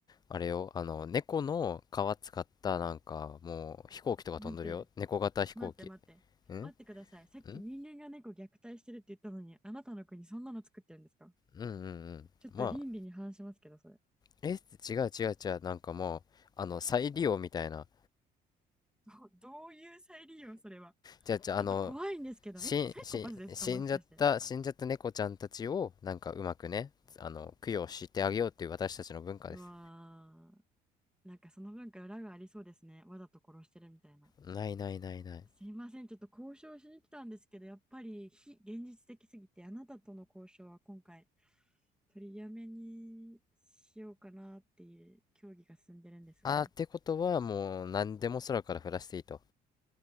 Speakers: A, on the left; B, in the centre.
A: あれよ、あの、猫の皮使った、なんか、もう、飛行機とか飛んでるよ。
B: 待って、
A: 猫型飛行機。
B: 待って待って。
A: んん
B: 待ってください。さっき人間が猫虐待してるって言ったのに、
A: うん
B: あなたの国そんなの作ってるんですか
A: うんうん。
B: ちょっと倫理に反しますけど、
A: まあ
B: それ。
A: え、違う違う違う、なんかもう、あの、再利用みたいな。
B: どどういう再利用、それは。
A: じゃあ、じゃあ、
B: ちょっと怖いんですけど、
A: あの、し、
B: え、サイコパスですか、
A: し、死んじゃった、
B: もしかして。
A: 死んじゃった猫ちゃんたちを、なんかうまくね、あの、供養してあげようっていう私たちの文化です。
B: うわーなんかその文化裏がありそうですね。わざと殺してるみたいな。
A: ないないないない。
B: すいません、ちょっと交渉しに来たんですけど、やっぱり非現実的すぎて、あなたとの交渉は今回取りやめにしようかなっていう協議が進んでるんですが、
A: あー、ってことは、もう、何でも空から降らしていいと。